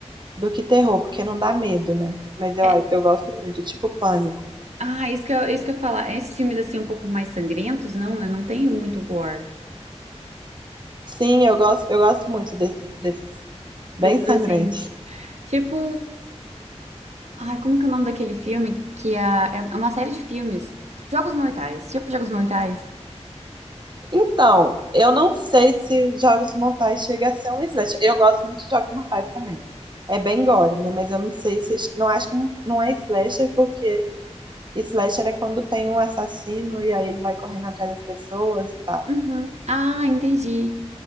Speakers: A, on the right; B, on the right.
A: do que terror, porque não dá medo, né? Mas eu,
B: É...
A: eu gosto muito, tipo pânico.
B: Ah, isso que eu, isso que eu ia falar. Esses filmes, assim, um pouco mais sangrentos, não, né? Não tem muito gore.
A: Sim, eu gosto, eu gosto muito desses, desses bem
B: Desses,
A: sangrentos.
B: assim... Tipo. Ai, como que é o nome daquele filme? Que a... é uma série de filmes. Jogos Mortais. Tipo Jogos Mortais.
A: Então, eu não sei se Jogos Mortais chega a ser um slasher. Eu gosto muito de Jogos Mortais também. É bem gore, né? Mas eu não sei se. Não acho que não, não é slasher, porque slasher é quando tem um assassino e aí ele vai correndo atrás das pessoas e tal.
B: Uhum. Ah, entendi.